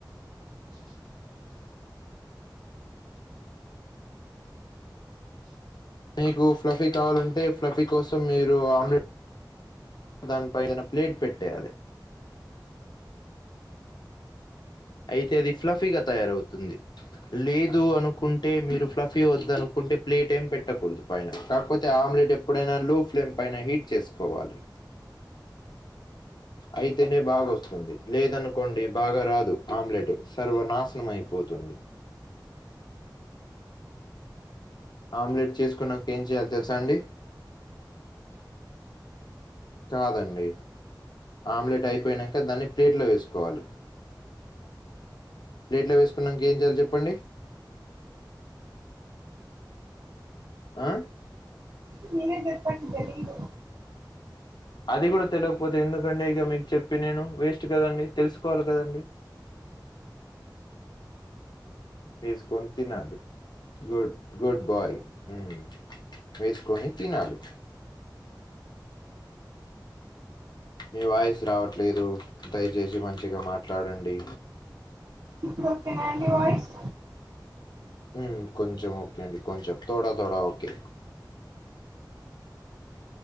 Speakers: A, on the left; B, on the right.
A: మీకు ఫ్లఫీ కావాలంటే ఫ్లఫీ కోసం మీరు ఆమ్లెట్ దానిపై ఏదైనా ప్లేట్ పెట్టేయాలే అయితే అది ఫ్లఫీగా తయారవుతుంది లేదు అనుకుంటే మీరు ఫ్లఫీ వదు అనుకుంటే ప్లేట్ ఏం పెట్టకూడదు పైన కాకపోతే ఆమ్లెట్ ఎప్పుడైనా లో ఫ్లేమ్ పైన హీట్ చేసుకోవాలి అయితేనే బాగా వస్తుంది లేదనుకోండి బాగా రాదు ఆమ్లెట్ సర్వనాశనంమైపోతుంది ఆమ్లెట్ చేసుకున్నాక ఏం చేయాలో తెలుసా అండి కాదండి ఆమ్లెట్ అయిపోయినంక దాన్ని ప్లేట్లో వేసుకోవాలి ప్లేట్లో వేసుకున్నాక ఏం చేయాలి చెప్పండి ఆ
B: మీరే చెప్పండి తెలీదు
A: అది కూడా తెలియకపోతే ఎందుకంటే ఇక మీకు చెప్పి నేను వేస్ట్ కదండి తెలుసుకోవాలి కదండి వేసుకొని తినాలి గుడ్ గుడ్ బాయ్ ఉమ్ వేసుకొని తినాలి మీ వాయిస్ రావట్లేదు దయచేసి మంచిగా మాట్లాడండి
B: ఇప్పుడు ఓకేన అండి వాయిస్
A: ఉమ్ కొంచెం ఓకే అండి కొంచెం తోడా తోడా ఓకే